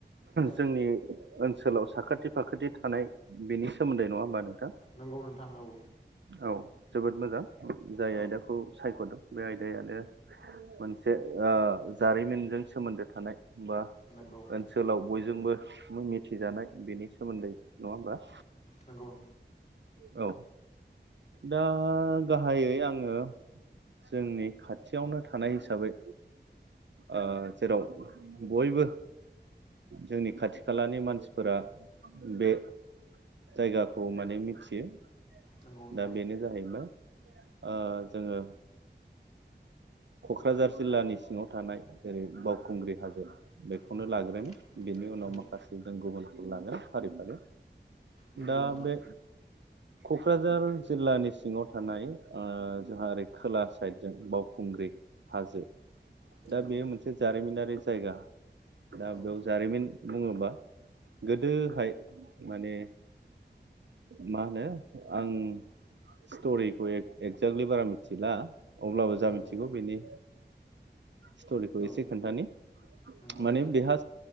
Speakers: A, on the left; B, on the right.
A: दे
B: जोंनि ओनसोलाव साखाथि फाखाथि थानाय बेनि सोमोन्दै नङा होमबा नोंथां
A: नोंगौ नोंथां औ
B: औ जोबोद मोजां जाय
A: औ
B: आयदाखौ सायख'दों बे आयदायानो मोनसे जारिमिनजों सोमोन्दो थानाय बा
A: नोंगौ
B: ओनसोलाव बयजोंबो मिथिजानाय बेनि सोमोन्दै नङा होमबा
A: नोंंगौ
B: औ दा गाहायै आङो जोंनि खाथियावनो थानाय हिसाबै ओ जेराव बयबो जोंनि खाथि खालानि मानसिफोरा बे जायगाखौ माने मिथियो
A: नंगौ नोंथां
B: दा बेनो जाहैबाय ओ जोङो क'क्राझार जिल्लानि सिङाव थानाय जेरै बावखुंग्रि हाजो बेखौनो
A: नंगौ
B: लाग्रोनो बेनि उनाव
A: नंगौ
B: माखासे जों गुबुनखौ लागोन फारि फारि
A: नंगौ
B: दा
A: नोंथां
B: बे क'क्राझार जिल्लानि सिङाव थानाय आ जोंहा ओरै खोला साइड जों बावखुंग्रि हाजो
A: नंगौ
B: दा बेयो मोनसे जारिमिनारि जायगा दा
A: औ
B: बेयाव जारिमिन बुङोबा गोदोहाय माने मा होनो आं स्ट'रिखौ एक्जेक्टलि बारा मिथिला अब्लाबो
A: नंगौ
B: जा मिथिगौ बेनि स्ट'रिखौ
A: औ
B: एसे खोन्थानि
A: नंगौ
B: माने
A: नोंथां
B: बेहा